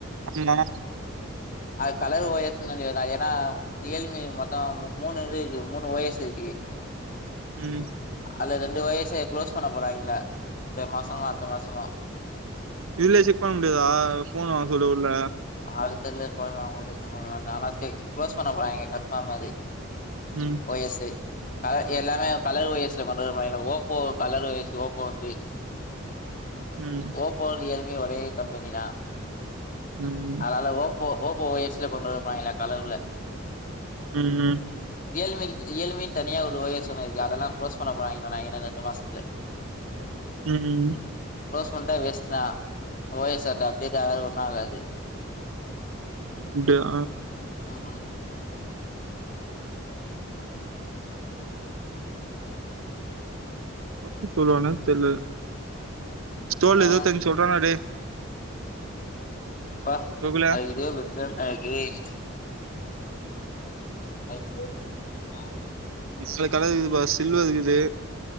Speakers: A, on the right (about 80°); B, on the left (about 40°).
A: அஜிமனா
B: அது கலர் ஓ எஸ் னா ஏனா ரியல்மி மொத்தோ மூணு இருக்கு மூணு ஓ எஸ் இருக்கு
A: ம்
B: அதுல ரெண்டு ஓ எஸ்ஸே க்ளோஸ் பண்ண போராய்ங்ளா இந்த மாசமா அடுத்த மாசமா
A: இதுல செக் பண்ண முடியாதா ஃபோன் வாங்க சொல்ல உள்ள
B: அது தெர்ல இப்ப அவங்கல டிஸ்டப் பண்ண வேண்டா நானா செக் க்ளோஸ் பண்ண போறாய்ங்க கட்ப்பா மாரி
A: ம்
B: ஓ எஸ் எ எல்லாமே கலர் ஓ எஸ் ல கொண்டு வரபோறாய்ங்கள Oppo colour O S Oppo வந்து
A: ம்
B: ஓப்போ ரியல்மி ஒரே கம்பெனி தா
A: ம்
B: கால்ல ஓப்போ ஓப்போ ஓ எஸ் ல கொண்டு வந்துப்பாய்ங்ள கலர்ல
A: ம் ம்
B: ரியல்மிக்கு ரியல்மின் தனியா ஒரு ஓ எஸ் சொன்னாய்ங்கல அதெல்லா க்ளோஸ் பண்ண போறாய்ங்க சொன்னாய்ங்க இன்னு ரெண்டு மாசத்துல
A: ம் ம்
B: க்ளோஸ் பண்ட்டா வேஸ்ட்டுதா ஓ எஸ் சேத்த அப்டேட்டாகாது ஒண்ணு ஆகாது
A: அப்டியா
B: ம்
A: அப்டி சொல்லுவானா தெர்ல ஸ்டோர்ல
B: ஆ
A: எதோ தெரியு சொல்றானா டே
B: பா
A: கோகுலு
B: அதுக்கு இதுவே பெட்ரு <unintelligible> அதுக்கு இதுவே பெட்ருனா
A: மிஸ்ஸியோ கலர் இக்குதுப்பா சில்வர் இக்குது